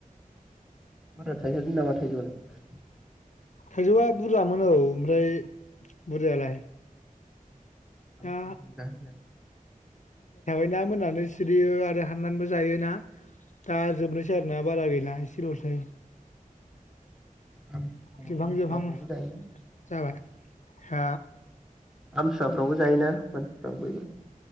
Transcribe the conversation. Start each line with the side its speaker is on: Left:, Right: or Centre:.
Centre: बारा थायथारदों नामा थाइजौ आलाय
Left: थाइजौआ बुरजामोन औ ओमफ्राय बुरजायालाय
Centre: <unintelligible>
Left: दा दा मोननानै सिरियो आरो हाननानैबो जायोना दा जोबनोसै आरोना बारा गैला एसे लसै
Centre: आमसुवाफ्रावबो
Left: जोबहां जोबाहां
Centre: जायोना
Left: जाबाय हो
Centre: आमथिसुवाफ्रावबो जायोना मानसिफ्रा बयबो